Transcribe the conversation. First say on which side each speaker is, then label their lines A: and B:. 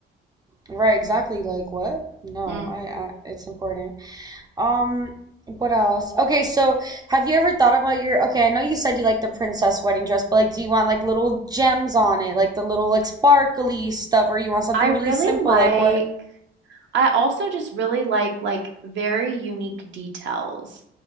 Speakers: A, on the right; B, on the right.
A: Right, exactly. Like what? No,
B: Mm.
A: I, I it's important. Um, what else? Okay, so have you ever thought about your, okay, I know you said you like the princess wedding dress, but like do you want like little gems on it, like the little like sparkly stuff, or you want something
B: I really
A: really simple?
B: like,
A: Like what
B: I also just really like like very unique details.